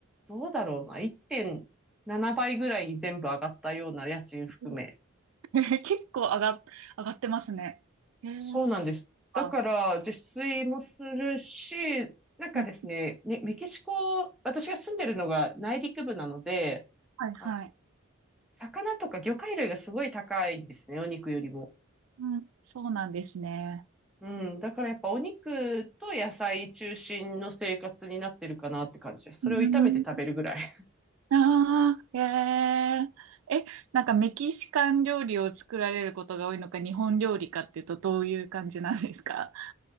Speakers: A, in the centre; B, on the right (about 75°).
A: どうだろうな。1.7倍ぐらいに全部上がったような家賃含め。
B: えー <laughs> 結構上が、上がってますね。えー、
A: そうなんです。
B: そっか。
A: だから、自炊もするし、なんかですね、
B: うん
A: ね、メキシコ、私が住んでるのが内陸部なので、
B: はいはい。
A: あ、魚とか魚介類がすごい高いんですね、お肉よりも。
B: うん、そうなんですね。
A: うん。だからやっぱお肉と野菜中心の生活になってるかなって感じです。それを炒めて食べるぐらい。
B: うんああ、えええ、なんかメキシカン料理を作られることが多いのか、日本料理かっていうと、どういう感じなんですか